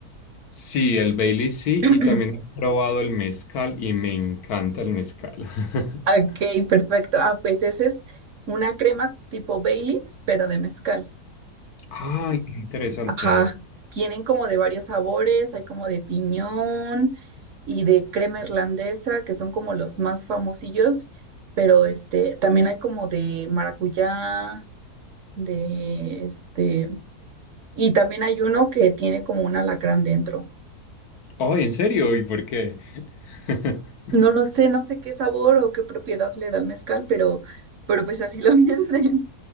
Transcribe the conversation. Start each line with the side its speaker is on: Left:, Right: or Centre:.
Left: Sí, el Bailey sí,
Right: <clears throat>
Left: y también he probado el mezcal y me encanta el mezcal. <laughs>
Right: Ok, perfecto. Ah, pues ese es una crema tipo Baileys, pero de mezcal.
Left: Ay, qué interesante.
Right: Ajá, tienen como de varios sabores, hay como de piñón y de crema irlandesa, que son como los más famosillos, pero este, también hay como de maracuyá, de este, y también hay uno que tiene como un alacrán dentro.
Left: Ay, ¿en serio? ¿Y por qué? <laughs>
Right: No lo sé, no sé qué sabor o qué propiedad le da el mezcal, pero, pero pues así lo <laughs> venden.